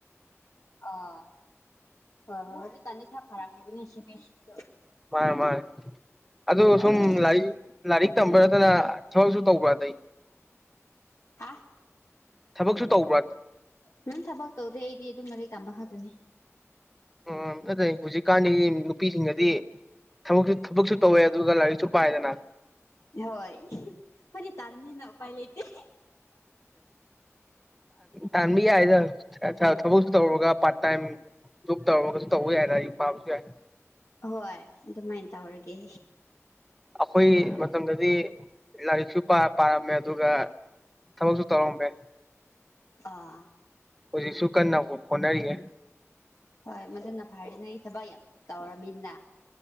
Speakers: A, on the left; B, in the centre.
A: ꯑꯣ ꯍ ꯍ ꯍꯧꯖꯤ ꯇꯥꯟꯗꯤ ꯈꯔ ꯐꯥꯔꯥ ꯈꯥꯏꯕꯤꯅ ꯁꯤꯕꯤꯁꯤꯁꯨ
B: ꯃꯥꯅꯦ ꯃꯥꯅꯦ ꯑꯗꯨ
A: ꯂꯥꯏꯔꯛ
B: ꯁꯨꯝ ꯂꯔꯤꯛ ꯂꯔꯤꯛ ꯇꯝꯕꯔꯅ ꯊꯕꯛꯁꯨ ꯇꯧꯕ꯭ꯔꯥꯇꯩꯩ
A: ꯍꯥ
B: ꯊꯕꯛꯁꯨ ꯇꯧꯕ꯭ꯔꯥ
A: ꯅꯪ ꯊꯕꯛ ꯇꯧꯗꯦ ꯑꯩꯗꯤ ꯑꯗꯨꯝ ꯃꯔꯩ ꯇꯝꯕ ꯈꯇꯅꯤ
B: ꯎꯝ ꯑꯗꯨꯠꯇꯩ ꯍꯧꯖꯤꯛꯀꯥꯟꯗꯤ ꯅꯨꯄꯤꯁꯤꯡꯗꯗꯤ ꯊꯕꯛꯁꯨ ꯊꯕꯛꯁꯨ ꯇꯧꯋꯦ ꯑꯗꯨꯒ ꯂꯥꯏꯔꯤꯛꯁꯨ ꯄꯥꯏꯗꯅ
A: ꯍꯣꯏ ꯑꯩꯈꯣꯏꯅꯤ ꯇꯥꯥꯟꯃꯤꯅ ꯎꯄꯥꯏ ꯂꯩꯇ
B: ꯇꯃꯤ ꯌꯥꯗ ꯊꯕꯛꯁꯨ ꯇꯧꯔꯨꯔꯒ ꯄꯥꯔꯠ ꯇꯥꯏꯝ ꯖꯣꯕ ꯇꯧꯔꯨꯔꯒꯁꯨ ꯇꯧꯕ ꯌꯥꯏ ꯑꯛ ꯄꯥꯕꯁꯨ ꯌꯥꯏ
A: ꯍꯣꯏ ꯑꯗꯨꯃꯥꯏꯅ ꯇꯧꯔꯒꯦ
B: ꯑꯩꯈꯣꯏ ꯃꯇꯝꯗꯗꯤ ꯂꯥꯏꯔꯤꯛꯁꯨ ꯄꯥꯔꯝꯃꯦ ꯑꯗꯨꯒ ꯊꯕꯛꯁꯨ ꯇꯧꯔꯝꯃꯦ
A: ꯑꯥ
B: ꯄ ꯁꯨ ꯀꯅꯥ ꯐꯣꯟꯅꯔꯤꯌꯦꯦ
A: ꯍꯣꯏ ꯃꯗꯨꯅ ꯐꯔꯤ ꯅ ꯑꯩ ꯊꯕꯛ ꯌꯥꯝ ꯇꯧꯔꯃꯤꯅ